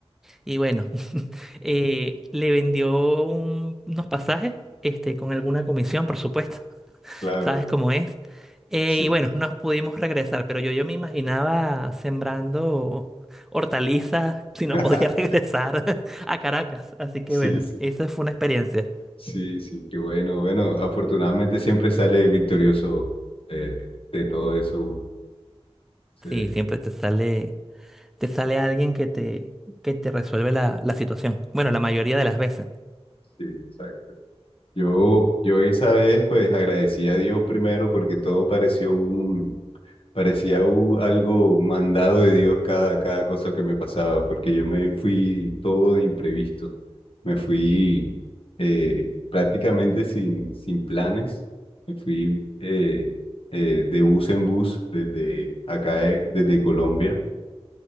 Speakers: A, in the centre; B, on the left.
A: Y bueno, <laughs> eh, le vendió un- unos pasajes, este, con alguna comisión, por supuesto.
B: Claro,
A: ¿sabes cómo es? Eh,
B: sí.
A: y bueno, nos pudimos regresar, pero yo, yo me imaginaba sembrando hortalizas si no
B: <laughs>
A: podía <laughs> regresar a Caracas. Así que
B: Sí,
A: bueno,
B: sí,
A: esa fue una experiencia.
B: sí, sí, qué bueno. Bueno, afortunadamente siempre sale victorioso eh, de todo eso uno. Sí,
A: Sí, siempre te sale, te sale alguien que te, que te resuelve la, la situación. Bueno, la mayoría de las veces,
B: sí, exacto. Yo, yo esa vez pues agradecí a Dios primero porque todo pareció un, parecía u- algo mandado de Dios cada, cada cosa que me pasaba, porque yo me fui todo de imprevisto. Me fui eh, prácticamente sin, sin planes. Me fui eh, eh, de bus en bus desde acá, de- desde Colombia.